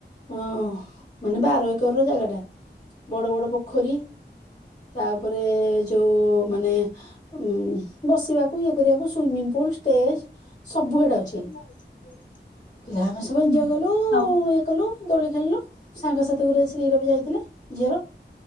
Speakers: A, on the left; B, on the left.
A: ହଁ ମାନେ ବାର ଏକର ର ଜାଗା ଟା ବଡ଼ ବଡ଼ ପୋଖରୀ। ତାପରେ ଯୋଉ ମାନେ ଉ ବସିବାକୁ ଇଏ କରିବାକୁ ସୁଇମିଙ୍ଗ ପୁଲ ଷ୍ଟେଜ ସବୁ ସେଟା ଅଛି।
B: <unintelligible>
A: ପିଲା ମାନେ ସବୁ ଏଞ୍ଜୟ
B: ହୁଁ
A: କଲୁ
B: ହଉ
A: ଇଏ କଲୁ ଦୋଳି ଖେଳିଲୁ। ସାଙ୍ଗସାଥି ଗୁଡ଼ା ଶୀର ବି ଯାଇଥିଲେ। ଝିଅର,